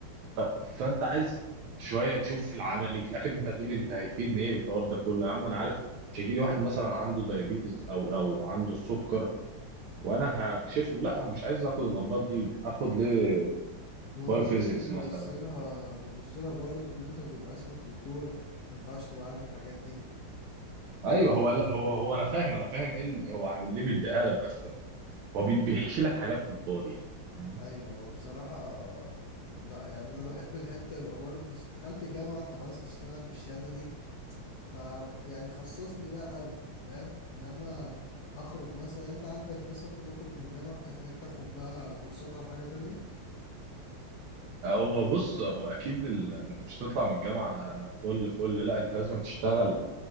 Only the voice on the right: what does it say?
ف... فانت عايز شويه تشوف العملي في الاخر انت هتقول لي انت هيفيدني ايه بالحوار ده كله يا عم انا عارف مش هيجي لي واحد مثلا عنده دايابيتس او او عنده السكر وانا هكشف له لا انا مش عايز اخد الامراض دي اخد ليه
بايوفيزيكس
مثلا
ايوه هو لا هو هو انا فاهم انا فاهم ايه ال- هو ليه بيديها لك بس هو بي- بيحشي لك حاجات في الفاضي يعني، فاهمني
هو بص هو اكيد ال... انت مش هتطلع من الجامعه فل فل لا انت لازم تشتغل